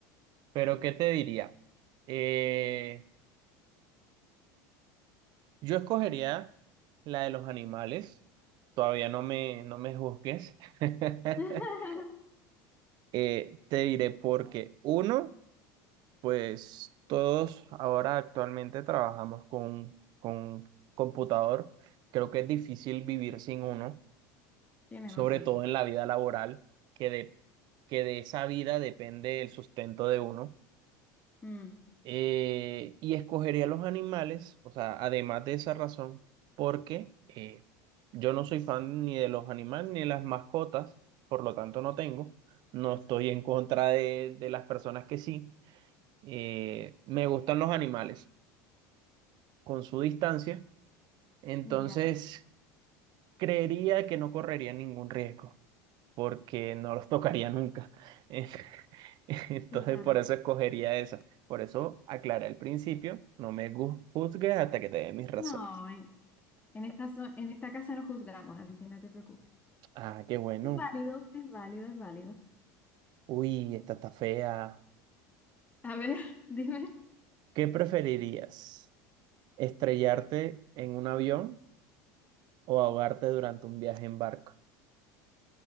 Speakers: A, on the right; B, on the left.
A: Pero ¿qué te diría? Eh, yo escogería la de los animales. Todavía no me, no me juzgues. <laughs>
B: <laughs>
A: Eh, te diré porque uno, pues todos ahora actualmente trabajamos con, con computador. Creo que es difícil vivir sin uno.
B: Tienes
A: sobre
B: razón.
A: todo en la vida laboral, que de, que de esa vida depende el sustento de uno.
B: Mm,
A: Eh, y escogería los animales, o sea, además de esa razón, porque eh, yo no soy fan ni de los animales ni de las mascotas, por lo tanto no tengo, no estoy en contra de, de las personas que sí. Eh, me gustan los animales con su distancia, entonces
B: ya,
A: creería que no correría ningún riesgo, porque no los tocaría nunca. <laughs> <laughs> Entonces,
B: claro.
A: por eso escogería esa. Por eso aclaré al principio, no me gu- juzgues hasta que te dé mis razones.
B: No, en en esta, zo- en esta casa no juzgamos, así que no te preocupes.
A: Ah, qué bueno.
B: Es válido, es válido, es válido.
A: Uy, esta está fea.
B: A ver, <laughs> dime.
A: ¿Qué preferirías? ¿Estrellarte en un avión o ahogarte durante un viaje en barco?